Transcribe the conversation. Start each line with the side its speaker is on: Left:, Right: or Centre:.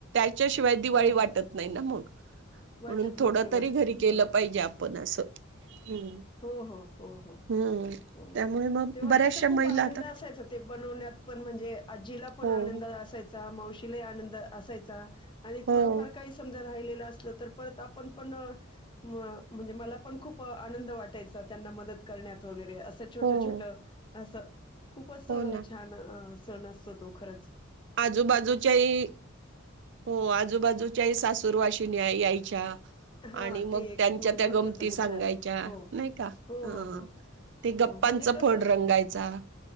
Right: च्याशिवाय दिवाळी
Left: हो हो
Right: वाटत नाय ना मग म्हणून
Left: वाटत नाही
Right: थोड
Left: बरोबर
Right: तरी घरी
Left: बरोबर
Right: केलं पाहिजे आपण असं. हम्म.
Left: हो हो हो हो
Right: हम्म
Left: हो
Right: त्यामुळे मग
Left: तेव्हा
Right: बऱ्याचशा
Left: कस खूप
Right: महिला
Left: आनंद
Right: आता
Left: असायचा ते बनवण्यातपण म्हणजे आजीला पण
Right: हो.
Left: आनंद असायचा चा मावशीला आनंद असायचा आणि
Right: हो
Left: थोडंफार
Right: हो
Left: काही समजा राहिले ते असलं तर परत आपण पण न म म्हणजे मला पण खूप आनंद वाट त्याचा त्यांना मदत करण्यात वगैरे असं छोट
Right: हो
Left: छोट असं खूपच
Right: हो ना
Left: छान सण असतो तो खरच
Right: आजूबाजूच्याही हो आजूबाजूच्याही सासूर वाशीन यायच्या
Left: हां,
Right: आणि मग
Left: ते एक
Right: त्यांच्या
Left: म
Right: त्या
Left: महत्त्वाचा
Right: गमती
Left: मुद्दा
Right: सांगायच्या
Left: आहे. हो.
Right: नाय का
Left: हो,
Right: ह
Left: हो, हो,
Right: ते गप्पांचा
Left: हो. म्हणजे कसं
Right: फड रंगायचा